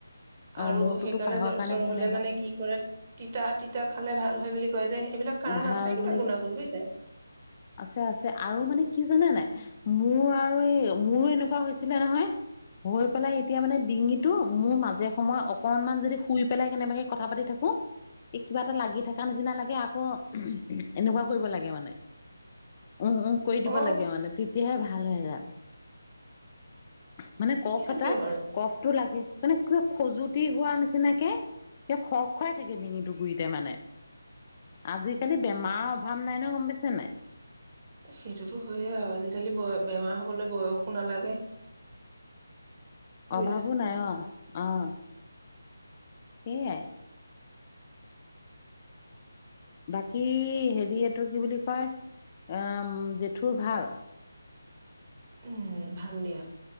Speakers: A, on the left; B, on the right.
A: অ
B: আৰু
A: মূৰটোতো
B: সেইকাৰণে
A: কাহৰ
B: জ্বৰ
A: কাৰণে
B: চৰ
A: ভালে
B: হলে
A: হয়
B: মানে কি কৰে তিতা তিতা খালে ভাল হয় বুলি। কয় যে এইবিলাক কাৰণ
A: ভাল
B: আছে কিবা
A: বুলি
B: গুণাগুণ বুজিছে
A: আছে আছে আৰু মানে কি জানে নাই। মোৰ আৰু আৰু মোৰো এনেকুৱা হৈছে। ছিলে নহয়। হৈ পেলাই এতিয়া মানে ডিঙিটো মোৰ মাজে সময় অকনমান যদি শুই পেলাই কেনেবাকে কথা পাতি থাকো। এই কিবা এটা লাগি থকা নিচিনা লাগে। আকৌ এনেকুৱা কৰিব লাগে মানে। উম উম কৰি দিব
B: অ
A: লাগে মানে তেতিয়াহে ভাল হৈ যায়। মানে কফ
B: সেইটো
A: এটা
B: কিয় বাৰু
A: কফটো লাগি মানে কিবা খজুতি হোৱা নিচিনাকে স খৰ খুৱাই থাকে ডিঙিটো গুৰিতে মানে আজিকালি বেমাৰৰ অভাৱ নাই ন গম পাইছে নাই
B: সেইটোতো হয়য়ে আৰু আজিকালি বয় বেমাৰ হবলৈ বয়স। একো নালাগে। বুজিছা
A: অভাবো নাই অ। অঁ। সেয়াই। বাকী হেৰি এইটো কি বুলি কয়, আহ জেঠুৰ ভাল?
B: উম। ভাল দিয়া